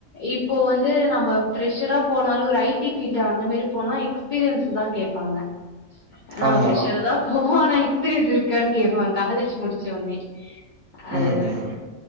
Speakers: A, on the left; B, on the right.
A: இப்போ வந்து நம்ம ஃப்ரெஷரா போனாலு ஒரு ஐ டி ஃபீல்டு அந்த மாரி போனா எக்ஸ்பீரியன்ஸ் தா கேப்பாங்க ஆ
B: ஆமா.
A: ஃப்ரெஷ்ர்தா ப் போனா எக்ஸ்பீரியன்ஸ் இருக்கான்னு கேப்பாங்க காலேஜ் முடிச்ச ஒடனே அது
B: ம், ம்.